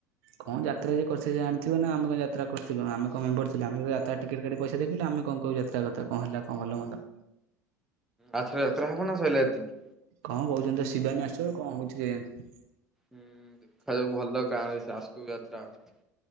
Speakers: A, on the right; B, in the centre.
A: କଣ ଯାତ୍ରା ଯେ କରିଚି ସେ ଜାଣିଥିବ ନା ଆମେ କଣ ଯାତ୍ରା କରିଥିଲୁ। ଆମେ କଣ ମେମ୍ୱର ଥିଲୁ। ଆମେ ଯାତ୍ରା ଟିକେଟ୍ କାଟି ପଇସା ଦେଇଥିଲୁ ଆମେ କଣ କହିବୁ ଯାତ୍ରା କଥା ହେଲା କଣ ଭଲମନ୍ଦ।
B: ଆରଥର ଯାତ୍ରା ହେବ ନା ସଇଲା ଏତିକି?
A: କଣ କହୁଛନ୍ତି ତ ଶିବାନୀ ଆସିବ କଣ ହଉଛି କେଜାଣି।
B: ହୁଁ ଦେଖାଯାଉ ଭଲ। <unintelligible> ଫାଲତୁ ଯାତ୍ରା ହଉଚି।